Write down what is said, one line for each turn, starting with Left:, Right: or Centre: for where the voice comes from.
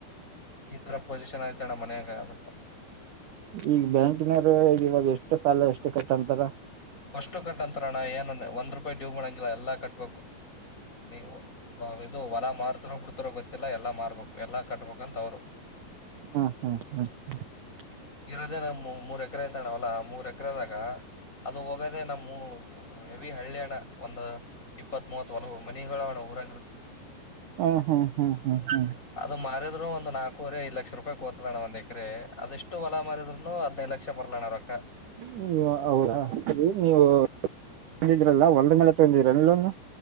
Left: ಈ ತರ ಪೊಸಿಷನ್ ಐತಿ ಅಣ್ಣ ಮನ್ಯಾಗ ಅಕ್ಕ
Right: ಈಗ ಬ್ಯಾಂಕಿನವರು ಇವಾಗ ಎಷ್ಟು ಸಾಲ ಎಷ್ಟು ಕಟ್ಟಂತಾರ
Left: ಅಷ್ಟು ಕಟ್ಂತರಣ್ಣ ಏನ ಒಂದ್ ರೂಪಾಯಿ ಡಿವು ಮಾಡಂಗಿಲ್ಲ ಎಲ್ಲಾ ಕಟ್ಬೇಕು ನೀವು ಇದು ಹೊಲ ಮಾರ್ತರೋ ಬಿಡ್ತಾರೋ ಗೊತ್ತಿಲ್ಲ ಎಲ್ಲಾ ಮಾರ್ಬೇಕಕ್ ಎಲ್ಲಾ ಕಟ್ಬೇಕಕ್ಂತ ಅವ್ರು ಹ
Right: ಹಹ ಹ ಹ
Left: ಣ ಮೂರ್ ಎಕ್ರ ಐತಣ ಅವಲ್ಲ ಮೂರ್ ಎಕ್ರದಾಗ ಅದು ಹೋಗದೆ ನಮ್ಮ ಹೆವಿ ಹಳ್ಳಿಣ ಒಂದು ಇಪ್ಪತ್ ಮೂವತ್ ಒಲ ಮನಿಗಳಣ ಊರ
Right: ಹ್ಮ್ ಹ್ಮ್ ಹ್ಮ್ ಹ್ಮ್ ಹ್ಮ್ ಹ್ಮ್
Left: ಅದು ಮಾರಿದ್ರು ಒಂದು ನಾ ಕೋರಿ ಐದ ಲಕ್ಷ ರೂಪಾಯಿ ಕೋತಲಣ ಒಂದ್ಕ್ರರೆ ಅಷ್ಟು ಒಲಾರಿದ್ೂ ಹದಿನೈದು ಲಕ್ಷ ಬರಲ್ಲ ಅಣ್ಣ
Right: ನೀ ಹೌದಾ ರಿ ನೀವು ತಂದಿದೀರಲ್ಲ ಒಂದ ಮೇಲೆ ತೊಂದಿದೀರ ಲೋನ್